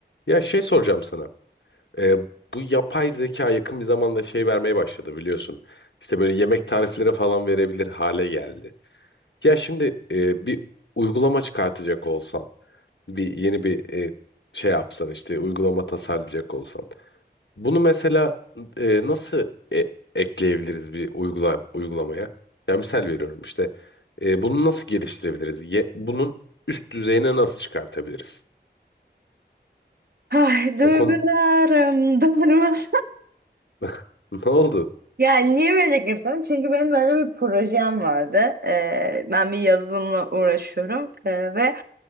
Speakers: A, on the left; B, on the right.
A: Ya şey soracağım sana. Ee, bu yapay zeka yakın bir zamanda şey vermeye başladı biliyorsun. İşte böyle yemek tarifleri falan verebilir hale geldi. Ya şimdi e, bir uygulama çıkartacak olsan, bir yeni bir e, şey yapsan işte uygulama tasarlayacak olsan. Bunu mesela e, nasıl e- ekleyebiliriz bir uygula uygulamaya? Ya misal veriyorum işte. e, bunu nasıl geliştirebiliriz? Ye- bunun üst düzeyine nasıl çıkartabiliriz?
B: Ay duygularım
A: O konu
B: darmadan.
A: <laughs> ne oldu?
B: Yani niye böyle girdim? Çünkü benim böyle bir projem vardı. Ee, ben bir yazılımla uğraşıyorum Ee, ve